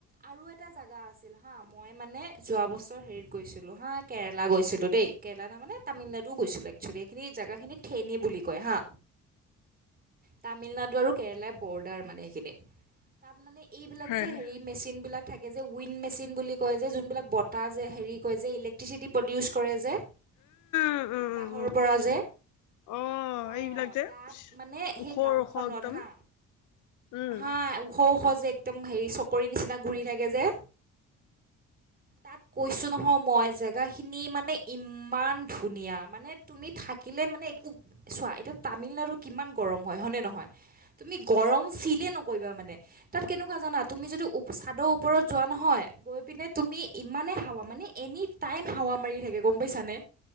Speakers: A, on the right; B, on the left.
A: আৰু এটা জাগা আছিল হা। অ', মই মানে যোৱা বছৰ হেৰিত গৈছিলোঁ হা, কেৰেলা গৈছিলোঁ দেই, কেৰেলা তাৰ মানে? তামিলনাডু গৈছিলোঁ একচুৱেলি এইখিনি জেগাখিনি থেনী বুলি কয় হা। তামিলনাডু আৰু কেৰেলাৰ বৰ্ডাৰ মানে সেইখিনিত, তাত মানে এইবিলাক
B: হয়
A: যে
B: হয়
A: হেৰি। মেচিন বিলাক থাকে যে উইণ্ড মেচিন বুলি কয় যে যোনবিলাক বতাহ যে হেৰি কয় যে ইলেক্ট্ৰিচিটি প্ৰডিউচ? কৰে যে,
B: উম উম
A: বতাহৰ
B: উম উম
A: পৰা যে।
B: অ
A: অ',
B: এইবিলাক যে
A: তাত মানে সেই
B: ওখৰ
A: গাঁওখনত
B: ওখ একদম
A: হা,
B: উম
A: হাআ ও। সৌ-সৌ যে একদম হেৰি চকৰি নিচিনা ঘূৰি থাকে যে। তাক কৈছোঁ নহয় মই জেগাখিনি মানে ইমান ধুনীয়া মানে। তুমি থাকিলে মানে একো, চোৱা এতিয়া তামিলনাডু কিমান গৰম হয়, হয়নে নহয়? তুমি গৰম ফিল নকৰিবা মানে, তাত কেনেকুৱা। কেনেকুৱা জানা, তুমি যদি ওপচ চাদৰ ওপৰত যোৱা নহয়, গৈ পিনে তুমি ইমানে হাৱা মানে। এনি টাইম হাৱা মাৰি থাকে গম পাইছানে।